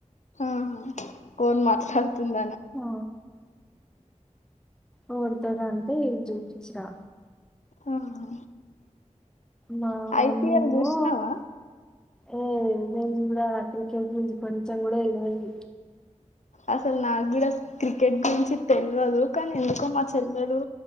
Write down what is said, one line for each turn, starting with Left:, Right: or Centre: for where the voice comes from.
Left: హహ కోన్ మాట్లాడ్ ంద
Centre: ఆ! ఎవరితో అంటే జూపిచ్చనా
Left: ఆహా
Centre: మా మమ్మీ
Left: ఐపీఎల్
Centre: ఏమో
Left: చూసినావా
Centre: ఏ నేను జూడ నాకు క్రికెట్ గురించి కొంచెం కూడా తెలవది
Left: అసలు నాకు కూడా క్రికెట్ గురించి తెలవదు కానీ ఎందుకో మా చెల్లలు